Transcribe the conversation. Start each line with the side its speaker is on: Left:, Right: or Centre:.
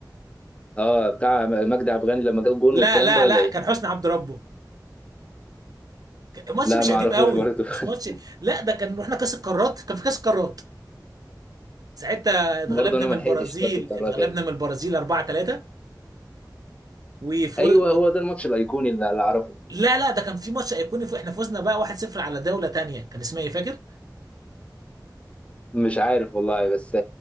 Left: اه بتاع مجدي عبد الغني لما جاب جون
Right: لا
Left: والكلام
Right: لا
Left: ده ولا
Right: لا
Left: ايه
Right: كان حسني عبد ربه ك- ماتش
Left: لا
Right: مش
Left: ما
Right: قديم
Left: اعرفوش
Right: قوي
Left: برضه
Right: مش
Left: <laughs>
Right: ماتش لا ده كان رحنا كاس القارات كان في كاس القارات ساعتها اتغلبنا
Left: برضه انا
Right: من
Left: ما
Right: البرازيل
Left: لحقتش بس القرارات
Right: اتغلبنا
Left: يعني
Right: من البرازيل 4-3 وفوز
Left: ايوه
Right: و...
Left: هو ده الماتش الايقوني اللي اللي اعرفه
Right: لا لا ده كان في ماتش ايقوني ف- احنا فوزنا بقى 1-0 على دولة تانية كان اسمها ايه فاكر؟
Left: مش عارف والله بس